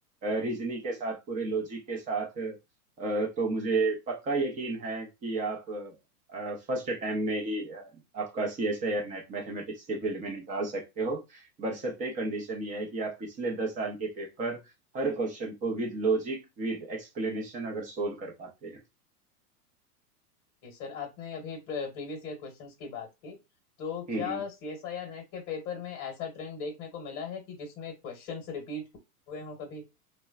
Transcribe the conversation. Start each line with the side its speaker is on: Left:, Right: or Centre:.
Right: रीजनिंग के साथ पूरे लॉजिक के साथ अ, तो मुझे पक्का यकीन है कि आप फर्स्ट टाइम में ही अ, आपका C S I R NET mathematics के फील्ड में निकाल सकते हो बशर्ते कंडीशन यह है कि आप पिछले दस साल के पेपर हर क्वेश्चन को विद लॉजिक विद एक्सप्लेनेशन अगर सोल्व कर पाते हैं
Left: जी सर आपने अभी प्रीवियस ईयर क्वेश्चंस की बात की तो
Right: हम्म
Left: क्या सीएसआईआर नेट के पेपर में ऐसा ट्रेंड देखने को मिला है कि जिसमें क्वेश्चंस रिपीट हुए हों कभी